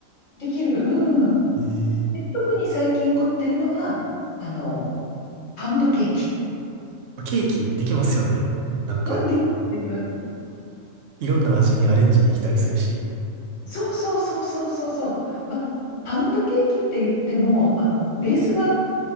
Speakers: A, on the left (about 65°); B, on the right (about 70°).
A: できる、うん。
B: へえ。
A: で特に最近凝ってるのは、あの、パウンドケーキ。
B: あケーキできますよね。なんか。
A: うん、でき、できます。
B: いろんな味にアレンジできたりするし。
A: そうそうそうそうそうそう。まあ、パウンドケーキって言っても、まあ、ベースは、